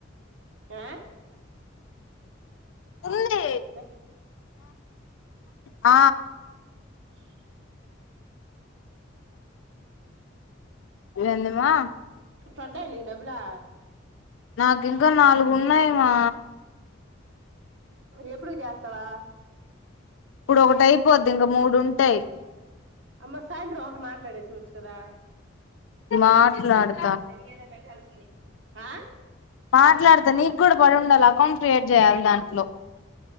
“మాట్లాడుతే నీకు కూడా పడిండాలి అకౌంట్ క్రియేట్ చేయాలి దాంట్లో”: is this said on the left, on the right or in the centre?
Left